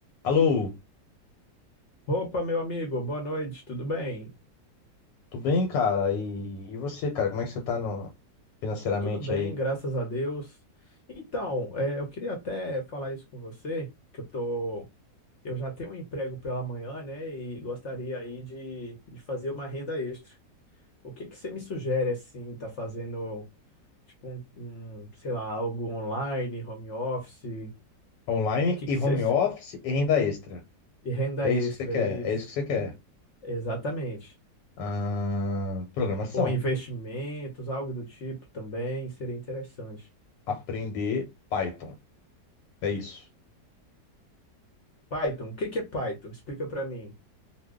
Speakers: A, on the left; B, on the left.
A: Alô,
B: Opa, meu amigo, boa noite, tudo bem?
A: tudo bem, cara? E, e você, cara, como é que você tá no, financeiramente
B: Tudo bem,
A: aí?
B: graças a Deus. Então, é, eu queria até falar isso com você, que eu tô, eu já tenho um emprego pela manhã, né, e gostaria aí de, de fazer uma renda extra. O que que você me sugere, assim, tá fazendo, tipo, um, um, sei lá, algo online, home office, o
A: Online
B: que
A: e
B: que
A: home
B: você,
A: office e renda extra.
B: e renda
A: É
B: extra,
A: isso que você quer,
B: isso?
A: é isso que você quer.
B: Exatamente.
A: Ahn, programação.
B: Ou investimentos, algo do tipo também, seria interessante.
A: Aprender Python. É isso.
B: Python, o que que é Python? Explica pra mim.